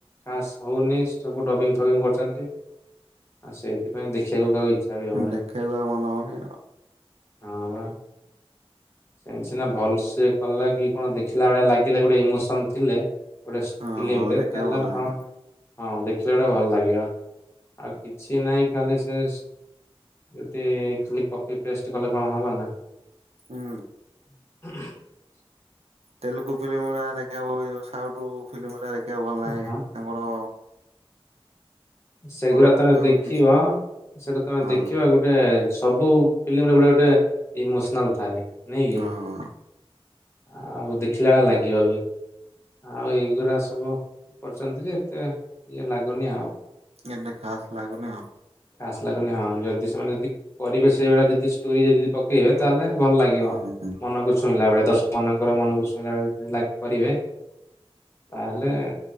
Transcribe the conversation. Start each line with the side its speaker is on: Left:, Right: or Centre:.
Left: ଖାସ୍ ହଉନି ସେ ସବୁ ଡବିଂ ଫବିଙ୍ଗ କରୁଛନ୍ତି ଆ ସେଇଥିପାଇଁ ଦେଖିଆକୁ କାହାକୁ ଇଛା ବି
Right: ଦେଖିବାକୁ
Left: ହଉନି
Right: ଆଉ ମନ ହବନି
Left: ହଁ ବା ସେନ ସିନା ଭଲସେ କଲେ କି କଣ ଦେଖିଲା ଭଳିଆ ଲାଗିଲା ଗୋଟେ ଇମୋସନ ଥିଲେ ଗୋଟେସେ
Right: ହଁ
Left: ଫିଲ୍ମରେ
Right: ଦେଖିବାକୁ
Left: ତାହେଲେ
Right: ଭଲ ଲାଗେ
Left: ହଁ ହଁ ଦେଖିଲା ପୁରା ଭଲ ଲାଗିବ ଆଉ କିଛି ନାହିଁ ଖାଲି ସେସ ଗୋଟେ ଏ ଖାଲି କପି ପେଷ୍ଟ କଲେ କଣ ହବ ନା
Right: ହୁଁ
Left: <inaudible>
Right: ତେଲୁଗୁ ଫିଲ୍ମ ଏରା ଦେଖିବାକୁ ଉ ଉ ସାଉଥୁ ଫିଲ୍ମଗୁରା ଦେଖିବାକୁ ଭଲ
Left: ହଁ
Right: ଲାହିଁ ଆମର
Left: ସେଗୁଡା
Right: କଫି
Left: ତମେ
Right: ଫଫି
Left: ଦେଖିବ
Right: କିଛି
Left: ସେଟା ତମେ
Right: ହଁ
Left: ଦେଖିବ ଗୋଟେ ସବୁ ଫିଲ୍ମ ରେ ଗୋଟେ ଗୋଟେ ଇମୋସନାଲ ଥାଏ ନାଇଁ କି?
Right: ହଁ
Left: ଆଉ ଦେଖିଲା ବେଳେ ଲାଗିବ ବି ଆଉ ଏଗୁୁରା ସବୁ କରୁଛନ୍ତି ଯେ ଏତେ ଇଏ ଲାଗୁନି ଆଉ
Right: ଏତେ ଖାସ ଲାଗୁନି ଆଉ।
Left: ଖାସ୍ ଲାଗୁନି ହଁ ଯଦି ସେମାନେ ଯଦି କରିବେ ସେଇଭଳିଆ ଯଦି ଷ୍ଟୋରି ଯଦି ପକେଇବେ ତାହେଲେ ଭଲ ଲାଗିବ
Right: ହୁଁ।
Left: ମନକୁ ଛୁଇଁଲା ଭଳିଆ ଦ ମନେଙ୍କର ମନକୁ ଛୁଇଁଲା ଭଳିଆ ଯଦି ଲାଇକ୍ କରିବେ ତାହେଲେ